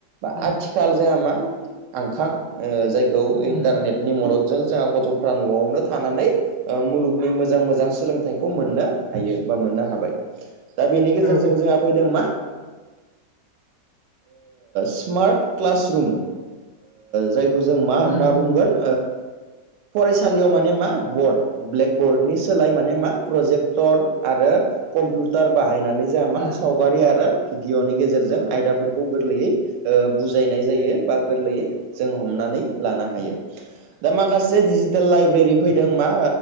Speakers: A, on the right (about 80°); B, on the left (about 85°).
A: बा
B: उम
A: आथिखाल जोंहा मा आंखा जायखौ इन्टारनेटनि
B: उम
A: मददजों जोंहा गथ'फ्रा न'आवनो थानानै मुलुगनि मोजां मोजां सोलोंथाइखौ मोननो हायो बा मोननो हाबाय दा बेनि गेजेरजों
B: औ
A: जोंहा फैदों मा स्मार्ट क्लास रुम जायखौ जों मा होनना
B: उम
A: बुंगोन फरायसालियाव माने मा बर्ड ब्लेकबर्डनि सोलाय माने मा प्रजेक्टर आरो कम्पिउटार बाहायनानै जोहा मा
B: उम
A: साव गारि आरो भिडअ'नि गेजेरजों आयदाफोरखौ गोरलैयै बुजायनाय जायो बा गोरलैयै जों हमनानै लानो हायो दा माखासे दिडिजिटेल लाइब्रेरि फैदों मा